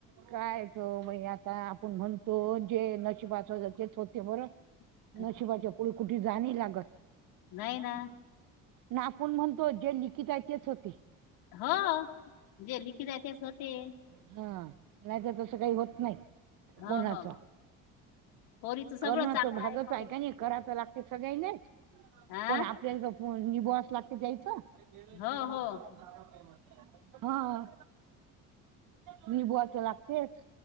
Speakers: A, on the right (about 60°); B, on the left (about 75°).
A: कायच बाई आता, आपण म्हणतो जे नशीबात वाचवतात तेच होते बर.
B: <unintelligible>
A: नशिबाच्या पुढ कुठे जाणी लागत.
B: नाही ना.
A: ना आपुण म्हणतो, जे लिखित आहे तेच होते.
B: हो. जे लिखीत आहे <unintelligible>
A: हा. नाही तर तसं काही होत नाही.
B: हो
A: कोणाच?
B: हो पोरीचं सगळं
A: कर्णाच
B: चांगलं
A: भागच
B: ना पोरी.
A: आहे करायला तर लागते सगळ्यांनीच.
B: हा
A: पण आपल्याला <unintelligible>
B: हो हो
A: हा. मी <unintelligible> लागतेच